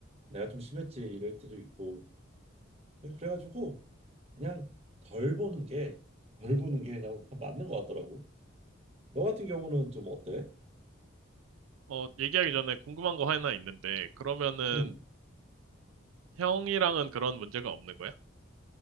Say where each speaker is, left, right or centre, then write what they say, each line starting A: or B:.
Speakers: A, on the right (about 30°); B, on the right (about 80°).
A: 내가 좀 심했지 이럴 때도 있고 그래가지고 그냥 덜 보는 게, 덜 보는 게 그냥 더 맞는 것 같더라고. 너 같은 경우는 좀 어때?
B: 어, 얘기하기 전에 궁금한 거 하나 있는데, 그러면은
A: 응,
B: 형이랑은 그런 문제가 없는 거야?